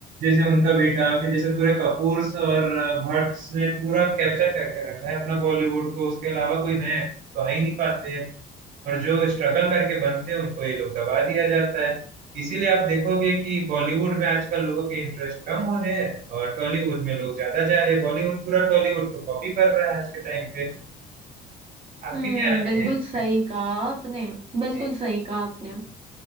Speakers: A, on the right; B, on the right.
A: जैसे उनका बेटा फिर जैसे पूरे कपूर्स और भट्ट्स ने पूरा कैप्चर करके रखा है अपना बॉलीवुड को उसके अलावा कोई नया तो आ ही नहीं पाते हैं और जो स्ट्रगल करके बनते हैं उनको ये लोग दबा दिया जाता है इसीलिए आप देखोगे कि बॉलीवुड में आजकल लोगों के इंटरेस्ट कम हो रहे हैं और टॉलीवुड में लोग ज्यादा जा रहे हैं बॉलीवुड पूरा टॉलीवुड को कॉपी कर रहा है आज के टाइम पे आपकी
B: हम्म
A: क्या राय
B: बिल्कुल
A: है इस
B: सही
A: पे?
B: कहा आपने बिल्कुल
A: जी
B: सही कहा आपने